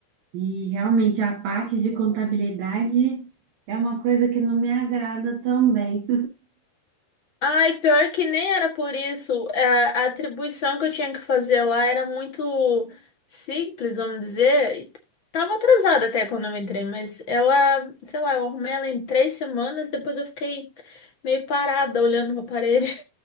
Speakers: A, on the right; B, on the left.
A: E realmente a parte de contabilidade é uma coisa que não me agrada também.
B: Ai, pior que nem era por isso. É, A atribuição que eu tinha que fazer lá era muito simples, vamos dizer. E Tava atrasada até quando eu entrei, mas ela, sei lá, eu arrumei ela em três semanas, depois eu fiquei meio parada olhando pra parede.